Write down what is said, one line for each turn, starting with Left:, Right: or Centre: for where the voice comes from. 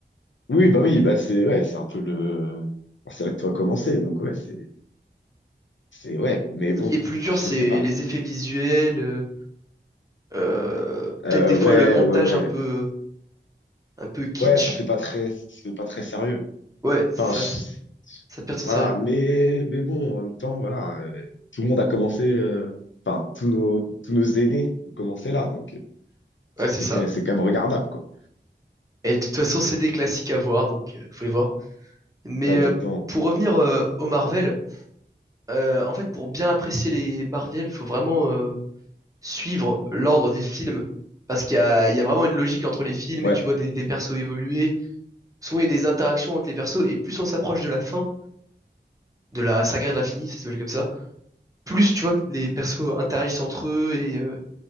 Left: Oui, bah oui, bah c'est ouais, c'est un peu le. Bon, C'est là que tout a commencé, donc ouais, c'est. C'est ouais, mais
Right: ce
Left: bon,
Right: qui est plus dur,
Left: je
Right: c'est
Left: sais pas.
Right: les effets visuels, euh, euh,
Left: Euh,
Right: peut-être des fois
Left: ouais,
Right: le montage
Left: ouais, ouais.
Right: un peu, un peu kitsch.
Left: Ouais, ça fait pas très, ça fait pas très sérieux.
Right: Ouais, c'est
Left: Enfin,
Right: ça,
Left: je-
Right: c'est- ça perd son
Left: voilà,
Right: sérieux.
Left: mais, mais bon, en même temps, voilà, euh, tout le monde a commencé, euh, enfin, tous nos, tous nos aînés ont commencé là, donc euh,
Right: Ouais, c'est
Left: c'est
Right: ça.
Left: que c'était quand même- c'est quand même regardable, quoi.
Right: Et de toute façon, c'est des classiques à voir, donc euh, faut les voir. Mais
Left: Ouais, exactement.
Right: euh, pour revenir euh, au Marvel, euh, en fait, pour bien apprécier les Marvel, faut vraiment euh, suivre l'ordre des films. Parce qu'il y a, il y a vraiment une logique entre les films
Left: Ouais,
Right: et tu vois des, des persos évoluer. Souvent, il y a des interactions entre les persos et plus on s'approche de la fin, de la saga de l'infini, ça s'appelle comme ça, plus tu vois que les persos interagissent entre eux et euh,